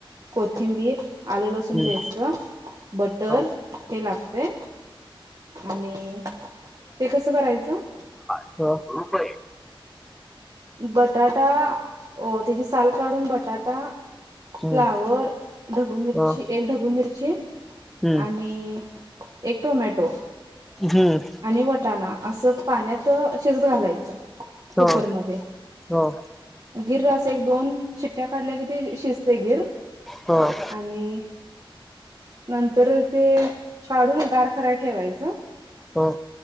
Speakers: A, on the right; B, in the centre.
A: कोथिंबीर आल लसूण
B: हम्म
A: पेस्ट बटर
B: ह
A: हे लागते. आणि ते कसं करायचं?
B: हो रुपय.
A: बटाटा त्यांची साल काढूंन बटाटा
B: हम्म
A: फ्लावर. ढबू मिर्ची
B: ह
A: एक ढबू मिर्ची
B: हम्म
A: आणि एक टोमॅटो
B: हम्म.
A: आणि वटाणा असं पाण्यात शिजत घालायचं. कुकरमध्ये.
B: ह ह ह
A: गिर, असं एक दोन शिट्ट्या काढल्या, कि शिजतय गिर्
B: होन.
A: आणि नंतर ते काढून गार कराय ठेवायचं.
B: हा.